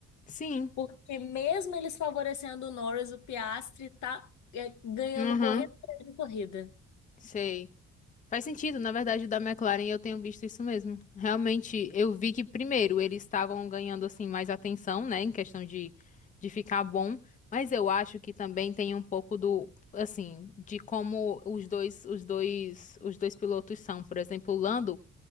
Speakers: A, on the left; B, on the left.
A: Sim.
B: Porque mesmo eles favorecendo o Norris, o Piastri tá é, ganhando
A: Uhum,
B: corrida atrás de corrida.
A: sei. Faz sentido, na verdade, o da McLaren eu tenho visto isso mesmo. Realmente, eu vi que primeiro eles estavam ganhando assim mais atenção, né, em questão de, de ficar bom, mas eu acho que também tem um pouco do assim, de como os dois os dois os dois pilotos são, por exemplo, o Lando,